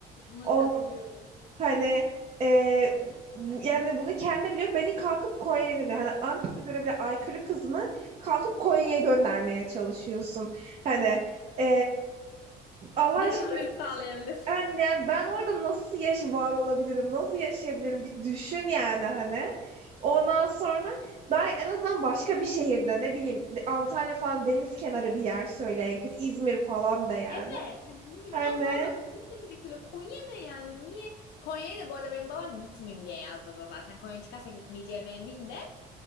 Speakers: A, on the left (about 80°); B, on the right (about 40°).
A: Buna
B: On
A: katılıyorum.
B: hani e, bu- yani bunu kendi biliyor. Beni kalkıp Konya'ya gönderiyor. Hani Antep'e göre bile aykırı kızını kalkıp Konya'ya göndermeye çalışıyorsun. Hani e, Allah
A: Ne
B: aşkına
A: kadar uyum sağlayabilir?
B: yani, yani ben orada nasıl yaş var olabilirim, nasıl yaşayabilirim bir düşün yani hani. Ondan sonra ben en azından başka bir şehirde ne bileyim Antalya falan deniz kenarı bir yer söyle en kötü İzmir falan da yani.
A: Evet hani bi-
B: Hani
A: biraz daha mantıklı bir seçenek söyle. Konya ne yani? Niye? Konya'ya da bu arada benim babam gitmeyeyim diye yazdırdı zaten. Konya çıkarsa gitmeyeceğime emin de.